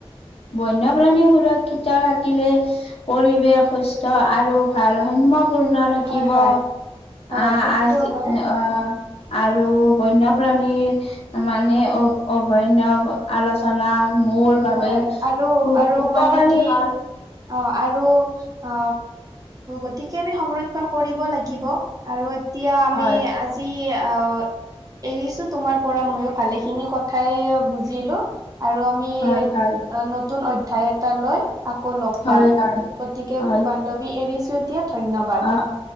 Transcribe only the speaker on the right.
হয় হয়
হয়
সেইটো হয়
হয়
আৰু আৰু
মানে কি
অ', আৰু আ, গতিকে আমি সংৰক্ষণ কৰিব লাগিব। আৰু এতিয়া আমি
আজি অ', এৰিছো তোমাৰ পৰা ময়ো ভালে খিনি কথাই বুজিলো আৰু আমি
নতুন অধ্যয়ায় এটা লৈ আকৌ লগ
পাম
গতিকে
বান্ধৱী এৰিছো এতিয়া ধন্যবাদ।